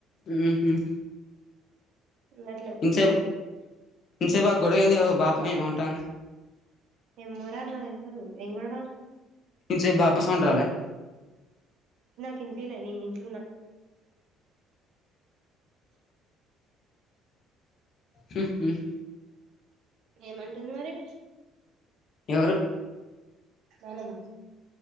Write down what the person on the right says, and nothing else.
ఉండట్లేవు
మని
ఎమ్మోరా నాక్ తెల్వదు ఏం గొడవ
కింప్యలే నేన్ ఇంట్లోన్నా
ఏమంటుంద్ మరి
నానమ్మ